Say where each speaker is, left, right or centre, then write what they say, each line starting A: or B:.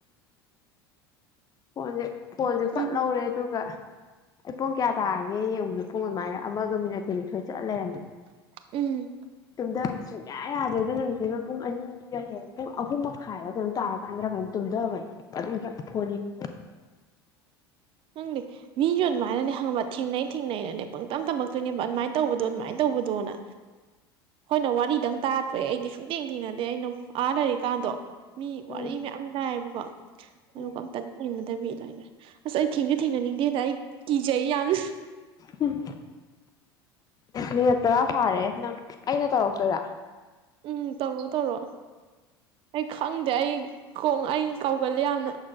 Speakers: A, on the left; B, on the right.
A: ꯐꯣꯟꯁꯦ ꯐꯣꯟꯁꯦ ꯐꯠ
B: ꯎꯝ
A: ꯂꯧꯔꯦ ꯑꯗꯨꯒ ꯑꯩ ꯄꯨꯡ ꯀꯌꯥ ꯇꯥꯔꯒꯦ ꯌꯦꯡꯕꯖꯦ ꯄꯨꯡ ꯑꯗꯨꯃꯥꯏꯅ ꯑꯃꯒ ꯃꯤꯅꯠ ꯀꯨꯟꯅꯤꯊꯣꯏ ꯆꯠꯂ ꯂꯩꯔꯝꯃꯦ
B: ꯎꯝ
A: ꯇꯨꯝꯗꯕ ꯁꯨꯡꯌꯥ ꯑꯌꯥ ꯌꯥꯗ꯭ꯔꯦꯗ ꯅꯨꯃꯤꯠꯇꯨꯗ ꯄꯨꯡ ꯑꯅꯤꯒ ꯍꯦꯟ ꯄꯨꯡ ꯑꯍꯨꯝ ꯃꯈꯥꯏꯗ ꯀꯩꯅꯣꯝ ꯇꯥꯔꯀꯥꯟꯗꯔꯥ ꯀꯩꯅꯣꯝ ꯇꯨꯝꯗꯕꯅꯦ ꯑꯗꯨꯝꯗ ꯐꯣꯟ ꯌꯦꯡ
B: ꯈꯪꯗꯦ ꯃꯤꯒ ꯑꯗꯨꯃꯥꯏꯅꯅꯦ ꯈꯪꯉꯕ ꯊꯦꯡꯅꯩ ꯊꯦꯡꯅꯩꯅꯅꯦ ꯄꯪꯇꯝ ꯇꯝꯃꯛꯇꯣꯏꯅꯦꯕ ꯑꯗꯨꯃꯥꯏ ꯇꯧꯕꯗꯣ ꯑꯗꯨꯃꯥꯏ ꯇꯧꯕꯗꯣꯅ ꯈꯣꯏꯅ ꯋꯥꯔꯤꯗꯪ ꯇꯥꯗ꯭ꯔꯦ ꯑꯩꯗꯤ ꯁꯨꯡꯊꯦꯡ ꯊꯦꯡꯅꯗꯦ ꯑꯩꯅ ꯑꯥ ꯂꯩꯔꯤꯀꯥꯟꯗꯣ ꯃꯤ ꯋꯥꯔꯤ
A: ꯎꯝ
B: ꯃꯌꯥꯝ ꯇꯥꯏꯌꯦꯕꯀꯣ ꯑꯗꯨꯒ
A: ꯎꯝ
B: ꯑꯝꯇ ꯊꯦꯡꯅꯗꯕꯤ ꯂꯥꯛ <inaudible> ꯑꯁ ꯑꯩ ꯊꯦꯡꯁꯨ ꯊꯦꯡꯅꯅꯤꯡꯗꯦꯗ ꯑꯩ ꯀꯤꯖꯩ ꯌꯥꯝꯅ
A: ꯎꯝ ꯃꯤꯅꯠ ꯇꯔꯥ ꯐꯥꯔꯦ ꯅꯪ ꯑꯩꯅ ꯇꯧꯔꯛꯇꯣꯏꯔꯥ
B: ꯎꯝ ꯇꯧꯔꯣ ꯇꯧꯔꯣ ꯑꯩ ꯈꯪꯗꯦ ꯑꯩ ꯈꯣꯡ ꯑꯩ ꯀꯥꯎꯒꯜꯂꯦ ꯌꯥꯝꯅ